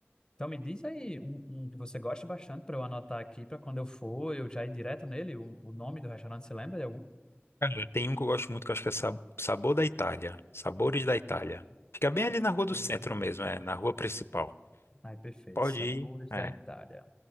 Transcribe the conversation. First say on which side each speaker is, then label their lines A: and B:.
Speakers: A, on the left; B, on the left.
A: então me diz aí um, um que você goste bastante para eu anotar aqui para quando eu for, eu já ir direto nele. O, o nome do restaurante, você lembra de algum?
B: Cara, tem um que eu gosto muito que eu acho que é Sa- Sabor da Itália. Sabores da Itália. Fica bem
A: Sabores.
B: ali na rua do centro mesmo, é, na rua principal.
A: Ai, perfeito.
B: Pode
A: Sabores
B: ir. É.
A: da Itália.